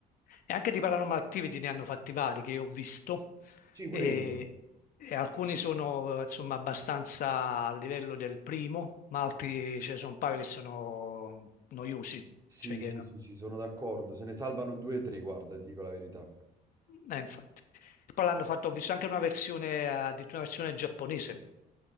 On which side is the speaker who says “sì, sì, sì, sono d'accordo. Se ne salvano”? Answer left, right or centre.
Right